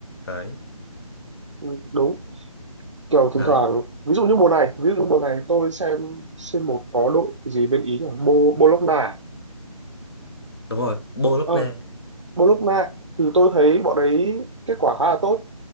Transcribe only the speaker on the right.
ừ, đúng kiểu thỉnh
thoảng ví dụ như mùa này ví dụ như mùa này tôi xem xem một có đội gì bên Ý nhỉ Bo Bologna
ờ Bologna thì tôi thấy bọn đấy kết quả khá là tốt